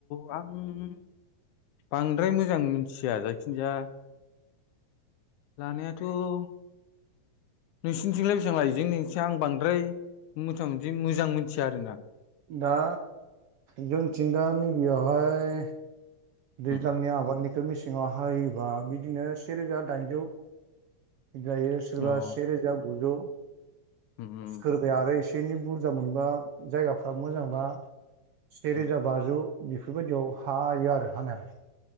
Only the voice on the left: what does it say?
बां बांद्राय मोजां मिथिया जायखिनजाया लानायाथ' नोंसोरनिथिंलाय बेसेबां लायो जोंनिसै आं बांद्राय मोथा मथि मोजां मोनथिया आरो ना
उम
अ
उम उम
उम